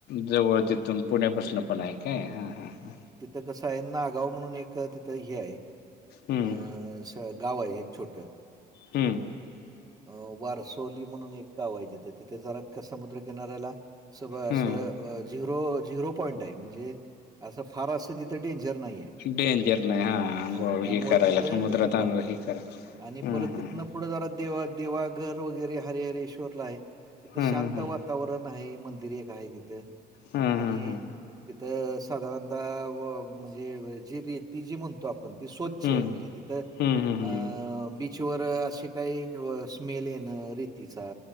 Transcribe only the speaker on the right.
तर कसं आहे नागाव म्हणून एक तिथं हे आहे.
अ, स गाव आहे एक छोटं.
अ वारसोली म्हणून एक गाव आहे तिथे तिथे जरा समुद्र किनाऱ्याला सगळ अस
अं झिरो झिरो पॉईंट आहे म्हणजे असं फार असं तिथं डेंजर नाही आहे.
हां, त्यामुळे
तिथं
करतात
आणि परत
तिथनं पुढं जरा देवा देवाघर वगैरे हरेहरेईश्वरला आहे तिथं
शांत
वातावरण
नाही मंदिर एक आहे तिथ
आणि
तिथं साधारणतः म्हणजे जी रेती जी म्हणतो आपण ती स्वच्छ
आहे म्हणजे तिथं
अ बीचवर असे काही स्मेल येन रेतीचा